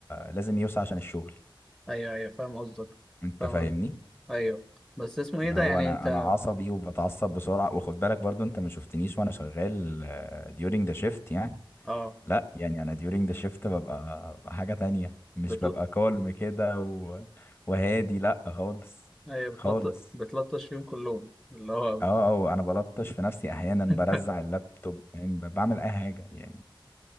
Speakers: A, on the left; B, in the centre.
A: لازم يوسع عشان الشغل
B: ايوه ايوه فاهم قصدك
A: انت
B: فاهم
A: فاهمني
B: قصدك ايوه بس اسمه ايه
A: اللي
B: ده
A: هو
B: يعني
A: انا
B: انت
A: انا عصبي وبتعصب بسرعه وخد بالك برضه انت ما شفتنيش وانا شغال ديورنج ذا شيفت يعني
B: اه
A: لا يعني انا ديورنج ذا شيفت ببقى حاجه تانية مش
B: بتل...
A: ببقى كالم كده و... وهادي لا خالص
B: ايوه
A: خالص
B: بتلطش بتلطش فيهم كلهم اللي هو بت-
A: اه اه انا بلطش في نفسي احيانا
B: <laughs>
A: برزع اللابتوب فاهم ب- بعمل اي حاجه يعني